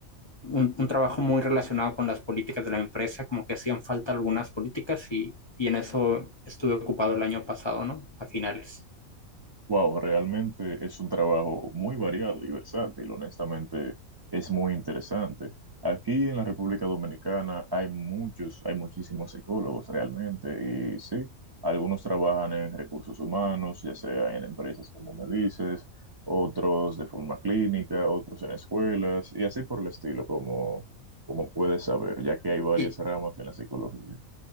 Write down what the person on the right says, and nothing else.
Wow, realmente es un trabajo muy variado y versátil, honestamente es muy interesante. Aquí en la República Dominicana hay muchos, hay muchísimos psicólogos realmente y sí, algunos trabajan en recursos humanos, ya sea en empresas como me dices, otros de forma clínica, otros en escuelas y así por el estilo, como, como puedes saber, ya que hay varias
ramas en la psicología.